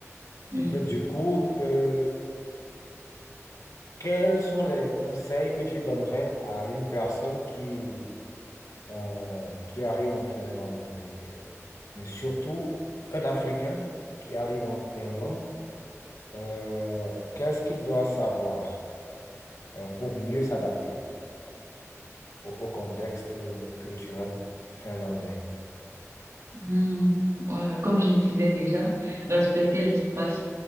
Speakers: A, on the right; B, on the left.
A: oui.
B: Ben, du coup, euh, quels sont les conseils que tu donnerais à une personne qui, euh, qui arrive en Finlande, et- mais surtout un Africain qui arrive en Finlande, euh, qu'est-ce qu'il doit savoir, euh, pour mieux s'adapter au, au contexte euh, culturel finlandais.
A: Hmm, Voilà, comme je disais déjà, respecter l'espace